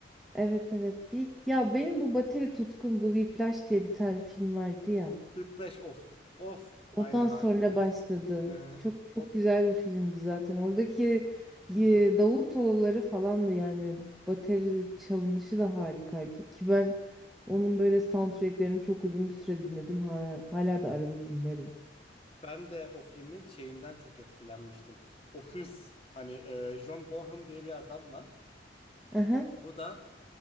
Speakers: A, in the centre; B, on the left.
A: Evet evet. Bir ya benim bu bateri tutkum bu Whiplash diye bir tane film vardı ya.
B: Whiplash of of aynen
A: Ondan
B: harika.
A: sonra başladı.
B: Hı hı.
A: Çok çok
B: O
A: güzel bir filmdi zaten. Oradaki
B: hı
A: e,
B: hı.
A: davul soloları falan da yani bateri çalınışı da harikaydı ki ben onun böyle soundtracklerini çok uzun bir süre dinledim. Hala, hala da arada dinlerim.
B: Ben de o filmin şeyinden çok etkilenmiştim. O hırs hani e, John Bonham diye bir adam var.
A: Aha.
B: Bu da